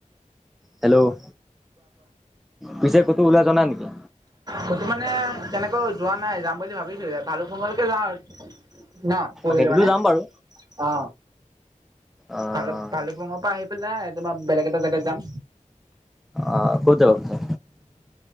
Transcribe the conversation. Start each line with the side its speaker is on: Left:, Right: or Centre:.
Centre: হেল্ল' পিছে ক'তো ওলাই যোৱা নাই নেকি?
Right: মই তো মানে তেনেকৈ যোৱা নাই যাম বুলি ভাবিছো ভালুক পুংলৈকে যাওঁ আৰু। ন পৰহিলৈ
Centre: সেইটোতো
Right: মানে
Centre: যাম বাৰু।
Right: অ
Centre: অ'
Right: ভালুক ভালুক পুংৰ পৰা আহি- পেলাই তোমাৰ বেলেগ এটা জেগাত যাম।
Centre: অ ক'ত যাবা পিছে?